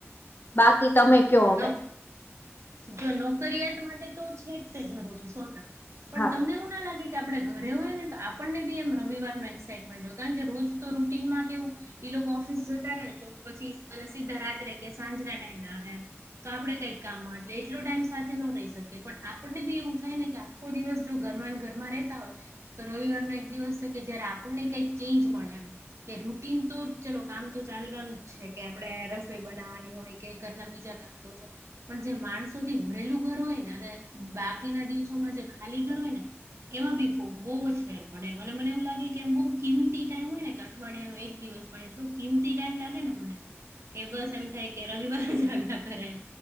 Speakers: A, on the left; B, on the right.
A: બાકી તમે કયો
B: ન
A: હવે
B: જો નોકરિયાત માટે તો છે જ તે જરૂરી સો ટકા. પણ
A: હા
B: તમને એવું ના લાગે કે આપણે ઘરે હોય ને તો આપણને બી એમ રવિરનું એક્સાાઈટમેન્ટ હોય. કારણ કે રોજ તો રૂટીનમાં કેવું ઈ લોકો ઓફિસ જતા રે તો પછી અને સીધા રાત્રે કે સાંજના ટાઈમે આવે એમ તો આપણે કઈક કામમાં એટલે એટલો ટાઈમ સાથે ન રહી શકીએ પણ આપણને બી એવું થાય ને કે આ આખો દિવસ જો ઘરમાં ઘરમાં રહેતા હોય. તો રવિવારનો એક દિવસ છે કે જયારે આપણને કઈક ચેન્જ મળે એમ. કે રૂટીન તો ચલો કામ તો ચાલવાનું જ છે કે આપણે રસોઈ બનાવવાની હોય કે ઘરના બીજા કામ તો છે. પણ જે માણસો થી ભરેલું ઘર હોય ને અને બાકીના દિવસોમાં જે ખાલી ઘર હોય ને એમાં બી બહુ જ ફેર પડે. અને મને મને એવું લાગે કે આમ બહુ કિંમતી ટાઈમ હોય ને કે અઠવાડિયાનો એક દિવસ પણ એટલું કિંમતી ટાઈમ લાગે ને મને. કે બસ એમ થાય કે રવિવાર જ આવ્યા કરે એમ.